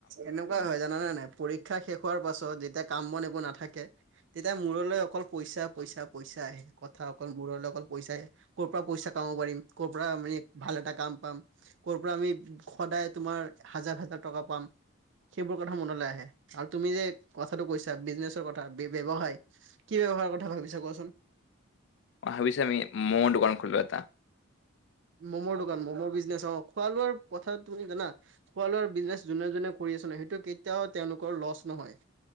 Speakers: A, on the right (about 55°); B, on the left (about 55°).
A: এনেকুৱাই হয় জানাই নাই, পৰীক্ষা শেষ হোৱাৰ পাছত যেতিয়া কাম বন একো নাথাকে। তেতিয়া মূৰলৈ অকল পইচা পইচা পইচা আহে কথা অকল মূৰলৈ অকল পইচা আহে। ক'ৰ পৰা পইচা কামাব পাৰিম, ক'ৰ পৰা মান ভাল এটা কাম পাম। কৰ পৰা আমি সদায় তোমাৰ হাজাৰ হাজাৰ টকা পাম। সেইবোৰ কথা মনলৈ আহে আৰু তুমি যে কথাটো কৈছা বিজনেছৰ কথা ব্যৱসায়। কি ব্যৱসায় কথা ভাবিছা কোৱাচোন?
B: ভাবিছো আমি মম দুকান খোলো এটা।
A: ম'মৰ দোকান ম'ম' বিজনেছ অঁ, খোৱা লোৱাৰ কথা তুমি জানা। খোৱা লোৱাৰ, বিজনেচ যোনে যোনে কৰি আছে নহয়, সেইটো কেতিয়াও তেওঁলোকৰ লচ নহয়।